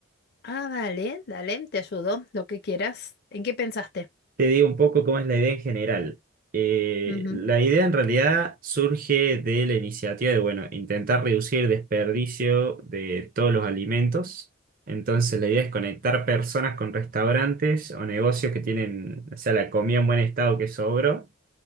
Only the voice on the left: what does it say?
Ah, dale, dale, te ayudo, lo que quieras. ¿En qué pensaste?
Ujú,